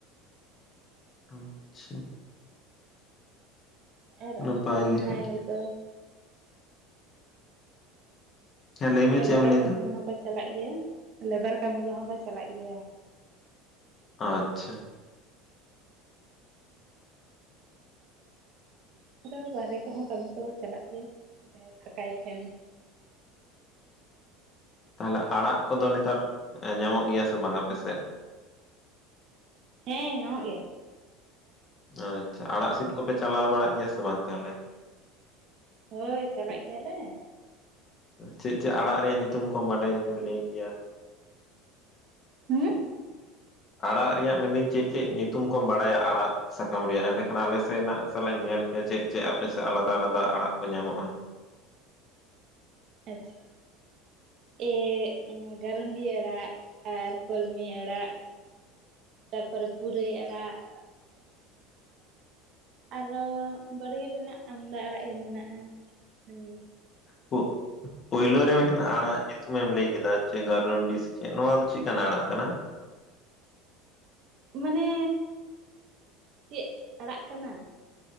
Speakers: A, on the left; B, on the right.
A: ᱟᱪᱪᱷᱟ ᱾
B: ᱟᱨ ᱚᱱᱠᱟ
A: ᱱᱟᱯᱟᱭ
B: ᱡᱟᱦᱟᱸᱭ
A: ᱜᱮ ᱦᱟᱸᱜ
B: ᱦᱚᱭᱛᱚᱼᱼ
A: ᱦᱮᱸ ᱞᱟᱹᱭ ᱢᱮ ᱪᱮᱫ
B: ᱞᱮᱵᱟᱨ
A: ᱮᱢ ᱞᱟᱹᱭᱫᱟ?
B: ᱠᱟᱹᱢᱤ ᱠᱚᱦᱚᱸ ᱠᱚ ᱪᱟᱞᱟᱜ ᱜᱮᱭᱟ, ᱞᱮᱵᱟᱨ ᱠᱟᱹᱢᱤ ᱠᱚᱦᱚᱸ ᱠᱚ ᱪᱟᱞᱟᱜ ᱜᱮᱭᱟ ᱾
A: ᱟᱪᱪᱷᱟ ᱾
B: ᱥᱮ ᱵᱟᱦᱨᱮ ᱠᱚᱦᱚᱸ ᱠᱟᱹᱢᱤ ᱠᱚ ᱪᱟᱞᱟᱜ ᱜᱮᱭᱟ, ᱡᱟᱦᱟᱸᱭ ᱯᱷᱟᱠᱟᱭ ᱛᱟᱸᱦᱮᱱ ᱾
A: ᱛᱟᱦᱞᱮ ᱟᱲᱟᱜ ᱠᱚᱫᱚ ᱱᱮᱛᱟᱨ ᱧᱟᱢᱚᱜ ᱜᱮᱭᱟ ᱥᱮ ᱵᱟᱝ ᱟᱯᱮ ᱥᱮᱫ?
B: ᱦᱮᱸ ᱧᱟᱢᱚᱜ ᱜᱮᱭᱟ ᱾
A: ᱟᱪᱪᱷᱟ, ᱟᱲᱟᱜ ᱥᱤᱫ ᱠᱚᱯᱮ ᱪᱟᱞᱟᱣ ᱵᱟᱲᱟᱜ ᱜᱮᱭᱟ ᱥᱮ ᱵᱟᱝ ᱛᱟᱦᱞᱮ?
B: ᱦᱳᱭ ᱪᱟᱞᱟᱜ ᱜᱮᱭᱟᱞᱮ ᱾
A: ᱪᱮᱫ ᱪᱮᱫ ᱟᱲᱟᱜ ᱨᱮᱭᱟᱜ ᱧᱩᱛᱩᱢ ᱠᱚᱢ ᱵᱟᱰᱟᱭ ᱡᱩᱫᱤᱢ ᱞᱟᱹᱭ ᱠᱮᱭᱟ?
B: ᱦᱩᱸ ᱾
A: ᱟᱲᱟᱜ ᱨᱮᱭᱟᱜ ᱢᱮᱱᱫᱟᱹᱧ ᱪᱮᱫ ᱪᱮᱫ ᱧᱩᱛᱩᱢ ᱠᱚᱢ ᱵᱟᱲᱟᱭᱟ ᱟᱲᱟᱜ ᱥᱟᱠᱟᱢ ᱨᱮᱭᱟᱜ ᱮᱸᱰᱮᱠᱷᱟᱱ ᱟᱞᱮ ᱥᱮᱫ ᱱᱟᱜ ᱥᱟᱞᱟᱜ ᱧᱮᱞᱼᱼ ᱪᱮᱫ ᱪᱮᱫ ᱟᱯᱮᱥᱮᱫ ᱟᱞᱟᱫᱟ ᱟᱞᱟᱫᱟ ᱟᱲᱟᱜ ᱠᱚ ᱧᱟᱢᱚᱜᱼᱟ?
B: ᱟᱪᱪᱷᱟ ᱾ ᱮᱫ ᱜᱟᱨᱩᱱᱰᱤ ᱟᱲᱟᱜ ᱟᱨ ᱠᱚᱞᱢᱤ ᱟᱲᱟᱜ ᱾ ᱛᱟᱨᱯᱚᱨᱮ ᱯᱩᱨᱟᱹᱭ ᱟᱲᱟᱜ ᱾ ᱟᱨᱦᱚ ᱵᱟᱲᱜᱮ ᱨᱮᱱᱟᱜ ᱟᱢᱫᱟ ᱟᱲᱟᱜ ᱜᱮ ᱢᱮᱱᱟᱜᱼᱟ ᱾ ᱦᱩᱸᱼᱼ
A: ᱯᱳ ᱯᱳᱭᱞᱳ ᱨᱮ ᱢᱤᱫᱴᱮᱱ ᱟᱲᱟᱜᱼᱼ ᱥᱚᱢᱚᱭ ᱮᱢ, ᱞᱟᱹᱭ ᱠᱮᱫᱟ, ᱡᱮ, ᱜᱟᱨᱩᱱᱰᱤ, ᱥᱮ ᱪᱮᱫ? ᱱᱚᱣᱟ ᱫᱚ, ᱪᱮᱫ ᱞᱮᱠᱟᱱᱟᱜ? ᱟᱲᱟᱜ ᱠᱟᱱᱟ ᱾
B: ᱢᱟ ᱱᱮᱻ, ᱪᱮᱫ? ᱟᱲᱟᱜ ᱠᱟᱱᱟ ᱾